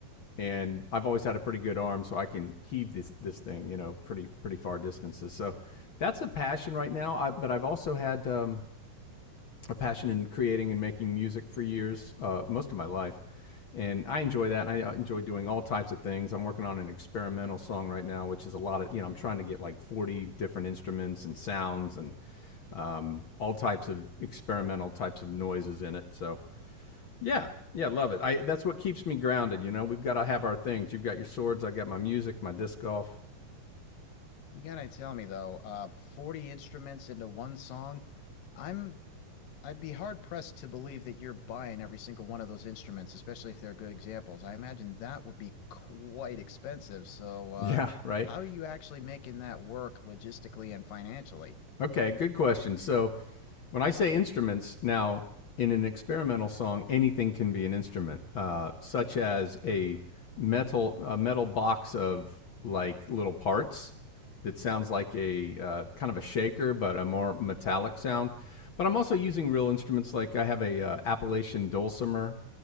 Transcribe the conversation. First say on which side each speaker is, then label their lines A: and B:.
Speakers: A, on the left (about 60°); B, on the left (about 80°).
A: and I've always had a pretty good arm, so I can heave this this thing, you know, pretty pretty far distances. So that's a passion right now. I, but I've also had um, a passion in creating and making music for years, uh, most of my life, and I enjoy that. And I uh, enjoy doing all types of things. I'm working on an experimental song right now, which is a lot of you know. I'm trying to get like 40 different instruments and sounds and um, all types of experimental types of noises in it. So yeah. Yeah, love it. I that's what keeps me grounded, you know. We've got to have our things. You've got your swords, I got my music, my disc golf. <laughs>
B: You gotta tell me though, uh, 40 instruments into one song. I'm I'd be hard pressed to believe that you're buying every single one of those instruments, especially if they're good examples. I imagine that would be quite expensive. So, uh,
A: Yeah, right.
B: how are you actually making that work logistically and financially?
A: Okay, good question. So, when I say instruments, now in an experimental song, anything can be an instrument, uh, such as a metal a metal box of like little parts that sounds like a uh, kind of a shaker, but a more metallic sound. But I'm also using real instruments. Like I have a uh, Appalachian dulcimer